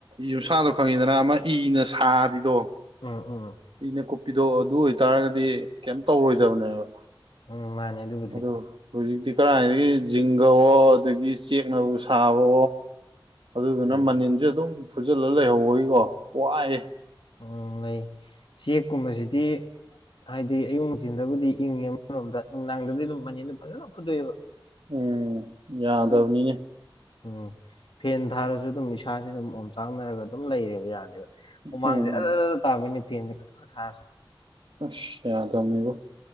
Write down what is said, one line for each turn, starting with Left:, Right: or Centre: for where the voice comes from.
Right: ꯌꯨꯝꯁꯥꯗꯣ ꯈꯪꯉꯤꯗꯅ ꯑꯃ ꯏꯅ ꯁꯥꯕꯤꯗꯣ
Left: ꯎꯝ ꯎꯝ
Right: ꯏꯅ ꯀꯣꯄꯤ ꯗꯣ ꯑꯗꯨ ꯑꯣꯏꯇꯥꯔꯒꯗꯤ ꯀꯩ ꯇꯧꯔꯣꯏꯗꯕꯅꯦꯕ
Left: ꯎꯝ ꯃꯥꯅꯦ ꯑꯗꯨꯕꯨꯗꯤ
Right: ꯑꯗꯣ ꯍꯧꯏꯖꯤꯗꯤ ꯀꯗꯥꯥꯏꯏꯗꯒꯤ ꯖꯤꯡꯒꯋꯣ ꯑꯗꯨꯗꯒꯤ ꯆꯦꯛꯅꯕꯨ ꯁꯥꯕꯣ ꯑꯗꯨꯗꯨꯅ
Left: ꯎꯝ
Right: ꯃꯅꯤꯟꯁꯦ ꯑꯗꯨꯝ ꯐꯨꯖꯤꯜꯂ ꯂꯩꯍꯧꯕꯒꯤꯀꯣ ꯋꯥꯑꯦ
Left: ꯎꯝ ꯂꯩ ꯆꯦꯛꯀꯨꯝꯕꯁꯤꯗꯤ ꯍꯥꯏꯗꯤ ꯑꯌꯨ ꯅꯨꯡꯊꯤꯟꯗꯕꯨꯗꯤ ꯏꯪꯉꯦꯔꯣꯝꯗ ꯅꯨꯡꯗꯥꯡꯗꯗꯤ ꯑꯗꯨꯝ ꯃꯅꯤꯗꯨꯝ ꯐꯖꯅ ꯐꯨꯗꯣꯛꯑꯦꯕ
Right: ꯎꯝ ꯌꯥꯗꯕꯅꯤꯅꯦ
Left: ꯑꯗꯨꯅ ꯎꯝ ꯐꯦꯟ ꯊꯥꯔꯁꯨ ꯑꯗꯨꯝ ꯏꯁꯥꯁꯤ ꯑꯗꯨꯝ ꯑꯣꯝ ꯆꯥꯡꯅꯔꯒ ꯑꯗꯨꯝ ꯂꯩꯔꯦꯕ ꯌꯥꯅꯦꯦꯕ ꯍꯨꯃꯥꯡꯁꯦ
Right: ꯎꯝ
Left: <unintelligible> ꯇꯥꯕꯤꯅꯤ ꯐꯦꯟꯁꯦ ꯀꯟꯅꯥ ꯊꯥꯔꯁꯨ
Right: ꯑꯁ ꯌꯥꯗꯕꯅꯤꯕꯣ